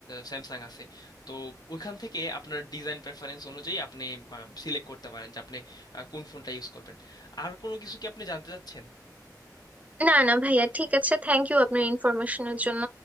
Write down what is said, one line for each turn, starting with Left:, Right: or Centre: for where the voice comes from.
Left: স্যামসাং আছে তো ওইখান থেকে আপনার ডিজাইন প্রেফারেন্স অনুযায়ী আপনি সিলেক্ট করতে পারেন যে আপনি আহ, কোন ফোনটা ইউজ করবেন আর কোনো কিছু কি আপনি জানতে চাচ্ছেন
Right: না না ভাইয়া ঠিক আছে থ্যাংক ইউ আপনার ইনফরমেশনের জন্য